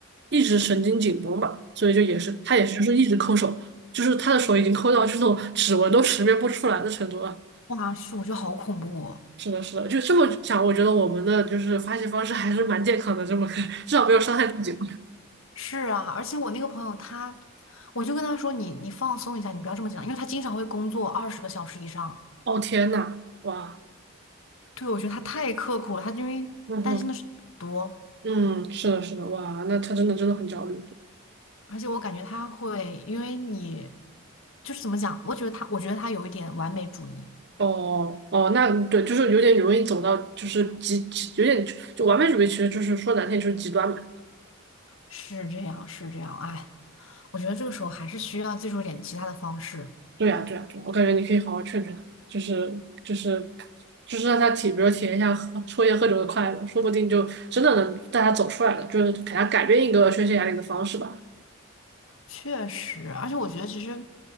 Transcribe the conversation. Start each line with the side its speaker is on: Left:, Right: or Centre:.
Right: 一直神经紧绷吧，所以就也是他也是就是一直抠手，就是他的手已经抠到这种指纹都识别不出来的程度了。
Left: 哇，是，我觉得好恐怖哦。
Right: 是的，是的，就这么想，我觉得我们的就是发泄方式还是蛮健康的，这么看，至少没有伤害自己。
Left: 是啊，而且我那个朋友他，我就跟他说你你放松一下，你不要这么紧张，因为他经常会工作二十个小时以上。
Right: 哦，天呐，哇，
Left: 对，我觉得他太刻苦了，他因为担心的事情很多。
Right: 嗯哼，嗯，是的，是的，哇，那他真的真的很焦虑。
Left: 而且我感觉他会，因为你就是怎么讲，我觉得他，我觉得他有一点完美主义，
Right: 哦哦，那对，就是有点容易走到，就是极极，有点就完美主义，其实就是说难听就是极端嘛。
Left: 是这样，是这样，哎，我觉得这个时候还是需要借助一点其他的方式。
Right: 对呀，对呀，对呀，我感觉你可以好好劝劝他，就是就是就是让他体，比如体验一下喝抽烟喝酒的快乐，说不定就真的能带他走出来了，就是给他改变一个宣泄压力的方式吧。
Left: 确实，而且我觉得其实